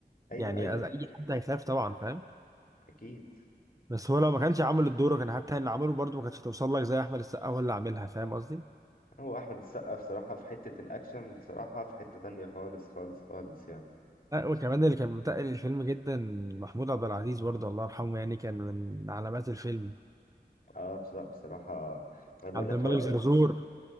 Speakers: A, on the left (about 55°); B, on the right (about 20°).
A: ايوه
B: يعني
A: ايوه
B: أز- اي حد هيخاف طبعا فاهم
A: اكيد
B: بس هو لو ما كانش عامل الدور كان حتى اللي عمله برضه ما كانتش هتوصل لك زي احمد السقا هو اللي عاملها فاهم قصدي؟
A: هو احمد السقا بصراحه في حته الاكشن بصراحه في حته تانية خالص خالص خالص يعني
B: لا وكمان اللي كان متقل الفيلم جدا محمود عبد العزيز برضه الله يرحمه يعني كان من علامات الفيلم
A: اه بص- لا بصراحه انا بقول
B: عبد
A: لك
B: الملك
A: هو الف...
B: زرزور